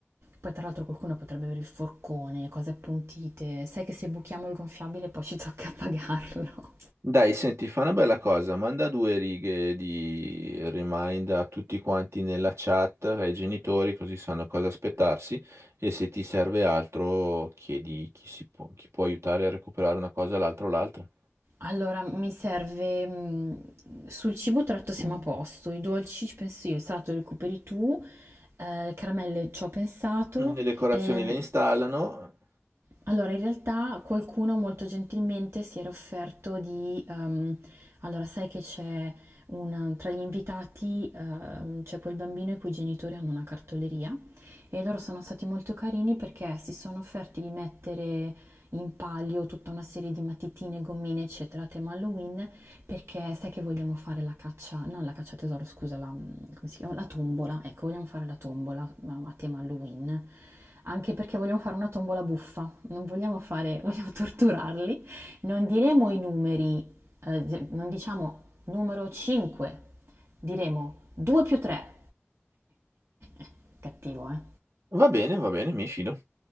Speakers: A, on the right (about 75°); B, on the right (about 90°).
A: Poi tra l'altro qualcuno potrebbe avere il forcone, cose appuntite. Sai che se buchiamo il gonfiabile poi ci tocca <laughs> pagarlo.
B: Dai, senti, fa una bella cosa, manda due righe di remind a tutti quanti nella chat, ai genitori, così sanno cosa aspettarsi e se ti serve altro chiedi chi, si può, chi può aiutare a recuperare una cosa, l'altra o l'altra.
A: Allora, mi serve, mhmm, sul cibo tratto siamo a posto, i dolci ci penso io, il salato lo recuperi tu, ehm, caramelle c'ho pensato.
B: Mm, Le decorazioni
A: Ehm,
B: le installano.
A: allora in realtà qualcuno molto gentilmente si era offerto di ehm, allora sai che c'è un tra gli invitati, ehm, c'è quel bambino i cui genitori hanno una cartoleria e loro sono stati molto carini perché si sono offerti di mettere in palio tutta una serie di matitine, gommine, eccetera, a tema Halloween perché sai che vogliamo fare la caccia, non la caccia al tesoro, scusa, la, come si chiama? La tombola, ecco, vogliamo fare la tombola ma a tema Halloween, anche perché vogliamo fare una tombola buffa, non vogliamo fare, <laughs> vogliamo torturarli, non diremo i numeri, eh, non diciamo numero 5, diremo 2 più 3. <laughs> Cattivo, eh?
B: Va bene, va bene, mi fido.